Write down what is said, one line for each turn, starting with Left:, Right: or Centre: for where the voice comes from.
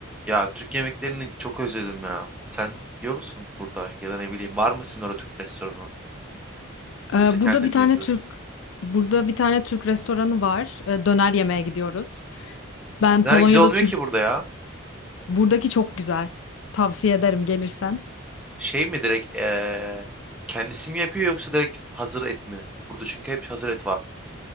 Centre: Ya Türk yemeklerini çok özledim ya. Sen yiyor musun burada? Ya da ne bileyim var mı sizin orada Türk restoranı?
Left: Ee,
Centre: Yoksa kendin
Left: Burada bir
Centre: mi
Left: tane
Centre: yapıyorsun?
Left: Türk burada bir tane Türk restoranı var. Ee, Döner yemeye gidiyoruz. Ben
Centre: Neler
Left: Polonya'da
Centre: güzel olmuyor
Left: Türk
Centre: ki burada ya.
Left: buradaki çok güzel. Tavsiye ederim gelirsen.
Centre: Şey mi direkt eee kendisi mi yapıyor yoksa direkt hazır et mi? Burada çünkü hep hazır et var.